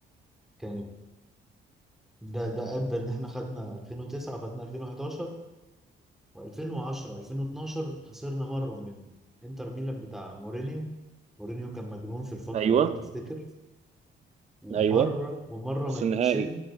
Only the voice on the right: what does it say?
ايوه
ايوه
نص
النهائي